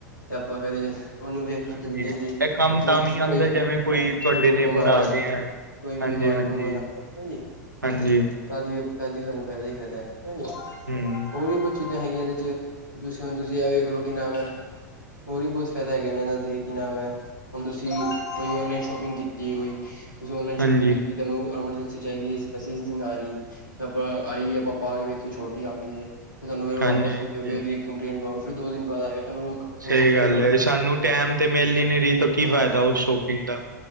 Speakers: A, on the left; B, on the right.
A: ਤੇ ਆਪਾਂ ਫੇਰ ਉਹਨੂੰ ਵੇਖ
B: ਹਾਂਜੀ
A: ਕੇ ਜਲਦੀ- ਜਲਦੀ
B: ਇਹ ਕੰਮ
A: ਕੋਈ-
B: ਤਾਂ ਵੀ ਆਉਂਦਾ ਜਿਵੇਂ ਤੁਹਾਡੇ
A: ਕੋਈ ਮਹਮਾਣ
B: ਨੇਬਰ
A: ਆ
B: ਗਏ ਹੈ।
A: ਕੋਈ ਮਹਿਮਾਨ-ਵਹਿਮਾਨ
B: ਹਾਂਜੀ ਹਾਂਜੀ
A: ਆ ਗਿਆ ਹਨਾ ਜੀ?
B: ਹਾਂਜੀ!
A: ਤਦੀ -ਤਦੀ ਸਾਨੂੰ ਫਾਇਦਾ ਹੀ ਫਾਇਦਾ ਹੈ। ਜੀ!
B: ਹਮ
A: ਹੋਰ ਵੀ ਕੁਛ ਚੀਜ਼ਾਂ ਹੈਗੀਆਂ, ਇਹਦੇ ਚ ਤੁਸੀਂ ਹੁਣ ਤੁਸੀਂ ਇਹ ਵੇਖ ਲੋ ਕੀ ਨਾਮ ਹੈ? ਹੋਰ ਵੀ ਬਹੁਤ ਫਾਇਦਾ ਹੈਗਾ, ਇਹਨਾਂ ਦੇ ਕੀ ਨਾ ਐ? ਹੁਣ ਤੁਸੀਂ ਕੋਈ ਔਨਲਾਈਨ ਸ਼ੋਪਿੰਗ ਕੀਤੀ ਹੈ ਕੋਈ ਤੁਸੀਂ ਔਨਲਾਈਨ
B: ਹਾਂਜੀ
A: ਸ਼ੋਪਿੰਗ ਕੀਤੀ, ਤੈਨੂੰ ਐਮਰਜੈਂਸੀ ਚਾਹੀਦੀ ਹੈ, ਵੈੇਸੇ ਇਸ ਦਿਨ ਆਹੀ ਹੈ, ਆਪਾਂ ਆਈਏ ਆਪਾਂ ਪਾ ਕੇ ਵੇਖ ਕੇ ਛੋਟੀ ਆ ਗਈ ਹੈ, ਫਿਰ ਤਾਨੂ ਫਿਰ
B: ਹਾਂਜੀ
A: ਵਾਪਸ
B: ਹਾਂਜੀ
A: ਭੇਜੋਗੇ, ਰੀਕੰਪਲੇਂਟ ਪਾਉਓ, ਫਿਰ ਦੋ ਦਿਨ ਬਾਅਦ ਆਏਗਾ ਸਾਨੂੰ ਐਮਰਜੈਂਸੀ
B: ਸਹੀ
A: ਚਾਹੀਦਾ
B: ਗੱਲ
A: ਹੋਇਆ
B: ਹੈ,
A: ਵੈਸੇ
B: ਸਾਨੂੰ ਟੈਮ ਤੇ ਮਿਲ ਹੀ ਨੀ ਰਹੀ ਤਾਂ ਕੀ
A: ਹਾਂ
B: ਫਾਇਦਾ ਉਸ ਸ਼ੋਪਿੰਗ ਦਾ